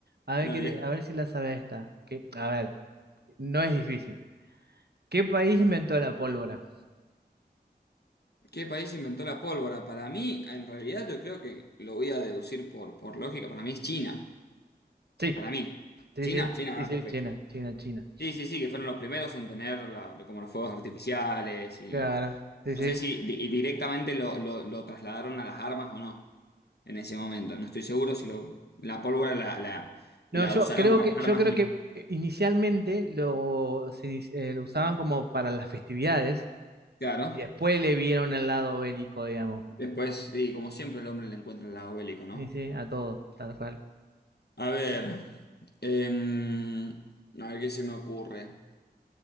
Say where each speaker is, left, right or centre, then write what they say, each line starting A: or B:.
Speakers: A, on the right; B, on the left.
A: a ver,
B: dale.
A: que, te- a ver si la sabes esta. Que, a ver, no es difícil. ¿Qué país inventó la pólvora?
B: ¿Qué país inventó la pólvora? Para mí, en realidad yo creo que lo voy a deducir por, por lógica, para mí es China.
A: Sí,
B: Para mí.
A: sí,
B: China,
A: sí,
B: China,
A: sí,
B: ah,
A: sí,
B: perfecto.
A: China, China, China.
B: Sí, sí, sí, que fueron los primeros en tener la- como los fuegos artificiales y
A: Claro, sí,
B: no
A: sí.
B: sé si di- y directamente lo, lo- lo trasladaron a las armas o no en ese momento. No estoy seguro si lo- la pólvora la, la-
A: No,
B: la
A: yo
B: usaron
A: creo
B: para
A: que, yo
B: armas
A: creo
B: y
A: que eh, inicialmente lo, se inici- eh, lo usaban como para las festividades
B: claro,
A: y después le vieron el lado bélico, digamos.
B: después, y como siempre el hombre le encuentra el lado bélico, ¿no?
A: Y sí, a todo, tal cual.
B: A ver, em, a ver qué se me ocurre.